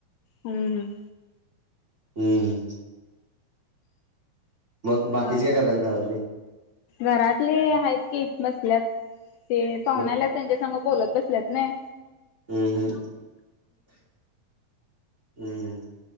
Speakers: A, on the left; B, on the right.
A: हम् हम
B: हम्म हम्म मग बाकीचे
A: हम्म
B: काय करातात घरातली?
A: घरातले आहेत की बसल्यात ते पाहुण्याला
B: हम्म
A: त्यांच्यासग. बोलत बसल्यात नाय
B: हम्म हम्म हम् हम्म